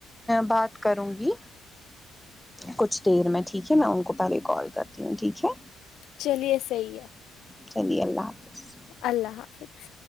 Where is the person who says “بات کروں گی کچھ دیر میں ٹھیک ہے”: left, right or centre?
Centre